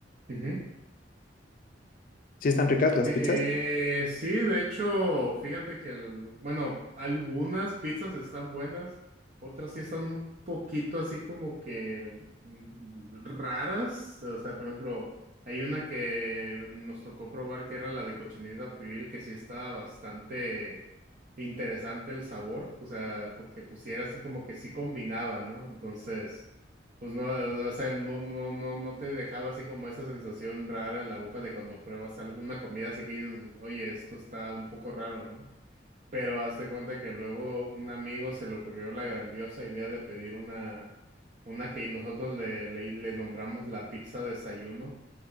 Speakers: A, on the right (about 45°); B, on the left (about 50°).
A: ujú,
B: Sí están ricas las
A: Eh,
B: pizzas.
A: sí, de hecho, fíjate que, el- bueno, algunas pizzas están buenas, otras sí están un poquito así como que mm, raras. O sea, por ejemplo, hay una que nos tocó probar que era la de cochinita pibil, que sí estaba bastante interesante el sabor. O sea, porque pues sí era así como que sí combinaba, ¿no? Entonces. Pues no, o sea, no, no, no, no te dejaba así como esa sensación rara en la boca de cuando pruebas alguna comida, así que dices, oye, esto está un poco raro, ¿no? Pero hazte cuenta que luego un amigo se le ocurrió la grandiosa idea de pedir una, una que nosotros le, le, le nombramos la pizza desayuno.